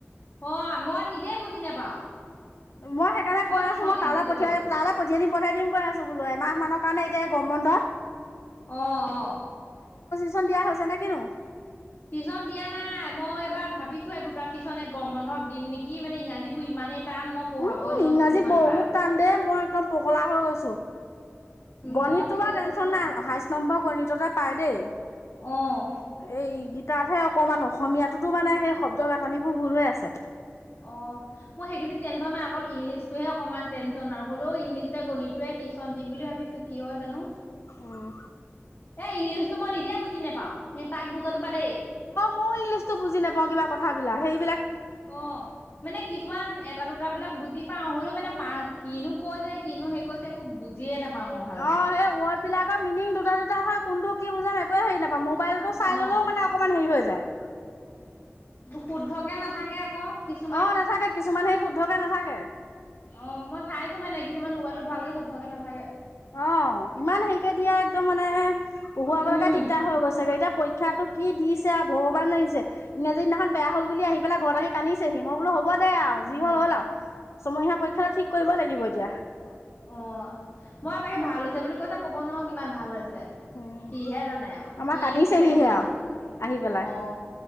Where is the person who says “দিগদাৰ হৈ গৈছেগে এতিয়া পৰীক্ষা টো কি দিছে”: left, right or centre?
Left